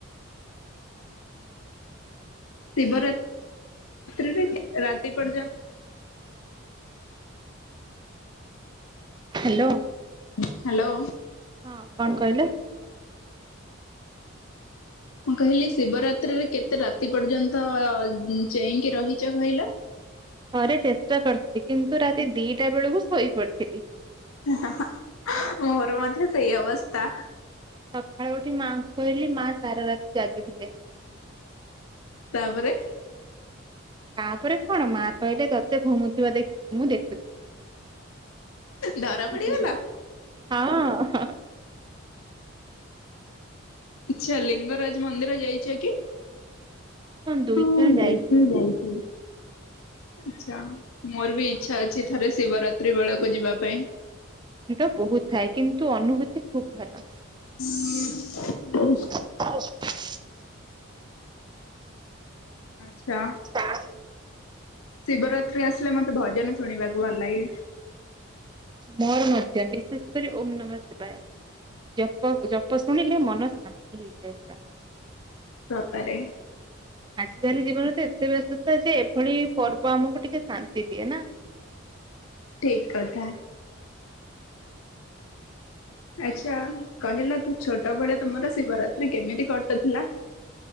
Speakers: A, on the left; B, on the right.
A: ଶିବରା ତ୍ରିରେ ବି ରାତି ପର୍ଯ୍ୟନ୍
B: ହ୍ୟାଲୋ।
A: ହ୍ୟାଲୋ।
B: ହଁ କଣ କଇଲେ?
A: ମୁଁ କହିଲି ଶିବରାତ୍ରିରେ କେତେ ରାତି ପର୍ଯ୍ୟନ୍ତ ଉଁ ଚେଇଁକି ରହିଚ କହିଲ।
B: ଥରେ ଚେଷ୍ଟା କରିଥିଲି କିନ୍ତୁ ରାତି ଦିଟା ବେଳୁକୁ ଶୋଇ ପଡିଥିଲି।
A: ହି ହା ହା ମୋର ମଧ୍ୟ ସେଇ ଅବସ୍ତା।
B: ସଖାଳୁ ଉଠି ମାଙ୍କୁ କହିଲି ମା ସାରା ରାତି ଜାଗିଥିଲେ।
A: ତାପରେ
B: ତାପରେ କଣ ମା କହିଲେ ତତେ ଘୁମୁଥିବା ଦେଖ୍ ମୁଁ ଦେଖୁଛି।
A: ଧରା
B: ହୁଁ
A: ପଡିଗଲ?
B: ହୁଁ ହୁଁ ହଁ ଅହଁ ଅହଁ।
A: ଆଚ୍ଛା ଲିଙ୍ଗରାଜ ମନ୍ଦିର ଯାଇଛ କି?
B: ଦୁଇଥର
A: ହଁ ମୁଁ
B: ଯାଇଛି।
A: ବୋହୁତ ଥର ଯାଇଥିଲି। ଆଛା ମୋର ବି ଇଚ୍ଛା ଅଛି ଥରେ ଶିବରାତ୍ରି ବେଳକୁ ଯିବା ପାଇଁ।
B: ଭିଡ ବହୁତ ଥାଏ କିନ୍ତୁ ଅନୁଭୂତି ଖୁବ୍ ଭଲ।
A: <inaudible>
B: <inaudible>
A: ଆଚ୍ଛା।
B: <inaudible>
A: ଶିବରାତ୍ରି ଆସିଲେ ମତେ ଭଜନ ଶୁଣିବାକୁ ଭଲ ଲାଗେ।
B: ମୋର ମଧ୍ୟ ବିଶେଷ କରି ଓମ୍ ନମଃ ଶିବାୟେ। ଜପକୁ ଜପ ଶୁଣିଲେ ମନ ଶାନ୍ତି ହେଇଯାଏ ପୁରା।
A: ବାପାରେ।
B: ଆଜିକାଲି ଜୀବନରେ ତ ଏତେ ବ୍ୟସ୍ତତା ଯେ ଏଭଳି ପର୍ବ ଆମକୁ ଟିକେ ଶାନ୍ତି ଦିଏ ନା।
A: ଠିକ୍ କଥା। ଆଚ୍ଛା କହିଲ କି ଛୋଟବେଳେ ତୁମର ଶିବରାତ୍ରି କେମିତି କଟୁଥିଲା?